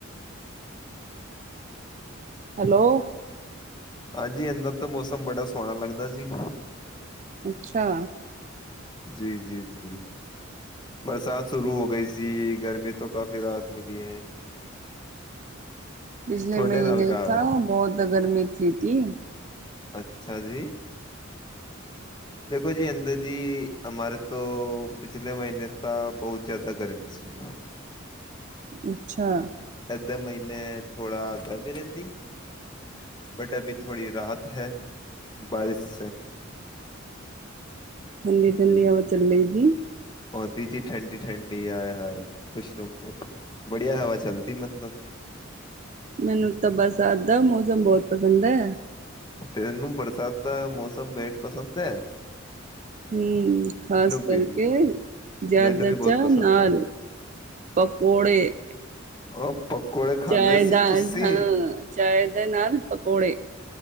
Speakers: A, on the right (about 35°); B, on the left (about 20°).
A: ਹੈਲੋ
B: ਹਾਂਜੀ ਅੰਦਰ ਤਾਂ ਮੌਸਮ ਬੜਾ ਸੋਹਣਾ ਲੱਗਦਾ ਜੀ।
A: ਅੱਛਾ
B: ਜੀ-ਜੀ, ਜੀ ਬਰਸਾਤ ਸ਼ੁਰੂ ਹੋ ਗਈ ਸੀ, ਗਰਮੀ ਤੋਂ ਕਾਫ਼ੀ ਰਾਹਤ ਮਿਲੀ ਐ।
A: ਪਿਛਲੇ
B: ਤੁਹਾਡੇ
A: ਮਹੀਨੇ
B: ਨਾਲ ਕਹਾ
A: ਥਾ
B: ਹੈ
A: ਬੋਹਤ ਗਰਮੀ ਸੀ ਤੀ।
B: ਅੱਛਾ ਜੀ। ਦੇਖੋ ਜੀ ਅੰਦਾ ਜੀ। ਹਮਾਰੇ ਤੋਂ ਪਿਛਲੇ ਮਹੀਨੇ ਤਾਂ ਬਹੁਤ ਜਾਦਾ ਗਰਮੀ ਸੀ।
A: ਅੱਛਾ
B: ਏਧੇ ਮਹੀਨੇ ਥੋੜਾ ਗਰਮੀ ਰਹਿੰਦੀ। ਬਟ ਅਭੀ ਥੋੜੀ ਰਾਹਤ ਹੈ, ਬਾਇਸ ਸੇ।
A: ਠੰਡੀ-ਠੰਡੀ
B: ਜੀ
A: ਹਵਾ ਚੱਲੇਗੀ।
B: ਆਉਂਦੀ ਜੀ ਠੰਡੀ-ਠੰਡੀ ਆਏ ਹਾਏ ਖੁਸ਼ ਨੂੰ ਬੜੀਆ ਹਵਾ ਚੱਲਦੀ ਮਤਲਬ।
A: ਮੈਨੂੰ ਤਾਂ ਬਰਸਾਤ ਦਾ ਮੌਸਮ ਬੋਹਤ ਪਸੰਦ ਐ।
B: ਤੈਨੂੰ ਬਰਸਾਤ ਦਾ ਮੌਸਮ ਬੇਟ ਪਸੰਦ ਐ।
A: ਹੁ ਖ਼ਾਸ ਕਰਕੇ
B: ਵੀ
A: ਜਾਦਾ
B: ਮੈਨੂੰ ਵੀ
A: ਚਾ
B: ਬਹੁਤ ਪਸੰਦ
A: ਨਾਲ
B: ਹੈ
A: ਪਕੌੜੇ।
B: ਓ ਪਕੌੜੇ ਖਾਂਦੇ
A: ਚਾਏ
B: ਸੀ
A: ਦਾ
B: ਤੁਸੀਂ।
A: ਹਾਂ, ਚਾਏ ਦੇ ਨਾਲ ਪਕੌੜੇ।